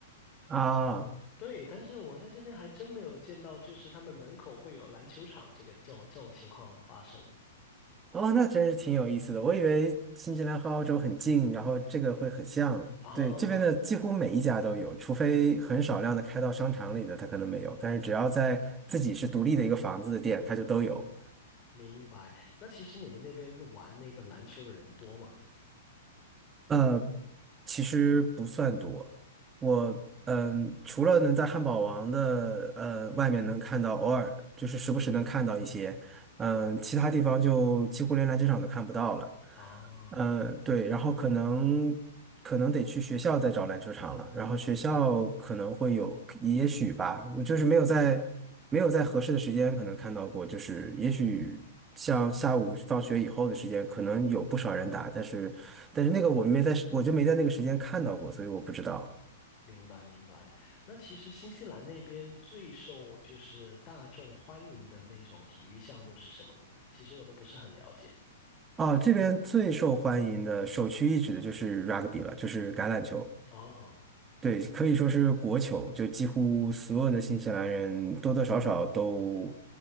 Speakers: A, on the right; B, on the left.
A: 啊，
B: 然对，但是我在这边还真没有见到，就是他们门口会有篮球场这个这种这种情况发生。
A: 哦，那真是挺有意思的。我以为新西兰和澳洲很近，然后这个会很像。
B: 哦，
A: 对，这边的几乎每一家都有，除非很少量的开到商场里的，它可能没有。但是只要在自己是独立的一个房子的店，它就都有。
B: 嗯明白。那其实你们那边玩那个篮球的人多吗？
A: 呃，其实不算多。我嗯，除了能在汉堡王的呃外面能看到，偶尔就是时不时能看到一些，嗯，其他地方就几乎连篮球场都看不到了。
B: 啊，
A: 嗯，对，然后可能可能得去学校再找篮球场了。然后学校可能会有，也许吧，我就是没有在没有在合适的时间可能看到过，
B: 嗯，
A: 就是也许像下午放学以后的时间，可能有不少人打，但是。但是那个我没在，我就没在那个时间看到过，所以我不知道。
B: 明白明白。那其实新西兰那边最受就是大众欢迎的那种体育项目是什么呢？其实我都不是很了解。
A: 啊，这边最受欢迎的首屈一指的就是 rugby 了，就是橄榄球。
B: 哦，
A: 对，可以说是国球，就几乎所有的新西兰人多多少少都